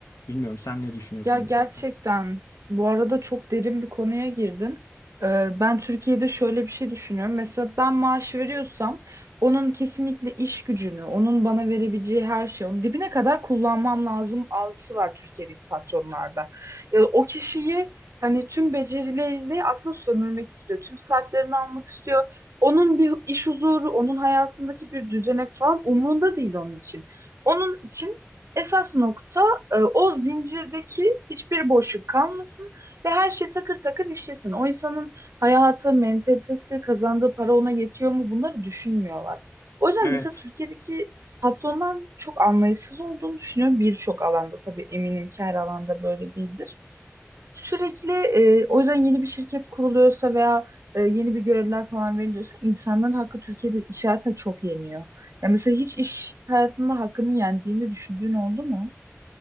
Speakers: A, on the left; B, on the right.
A: Bilmiyorum sen ne düşünüyorsun
B: Ya gerçekten
A: bu konuda?
B: bu arada çok derin bir konuya girdin. Ee, ben Türkiye'de şöyle bir şey düşünüyorum. Mesela ben maaş veriyorsam onun kesinlikle iş gücünü, onun bana verebileceği her şeyi, onun dibine kadar kullanmam lazım algısı var Türkiye'deki patronlarda. Ya o kişiyi hani tüm becerileriyle aslında sömürmek istiyor. Tüm saatlerini almak istiyor. Onun bir iş huzuru, onun hayatındaki bir düzenek falan umurunda değil onun için. Onun için esas nokta e, o zincirdeki hiçbir boşluk kalmasın ve her şey takır takır işlesin. O insanın hayatı, mentalitesi, kazandığı para ona yetiyor mu bunları düşünmüyorlar. O yüzden
A: Evet.
B: mesela Türkiye'deki patronların çok anlayışsız olduğunu düşünüyorum birçok alanda. Tabii eminim ki her alanda böyle değildir. Sürekli e, o yüzden yeni bir şirket kuruluyorsa veya e, yeni bir görevler falan veriliyorsa insanların hakkı Türkiye'de iş hayatına çok yeniyor. Ya mesela hiç iş hayatında hakkını yendiğini düşündüğün oldu mu?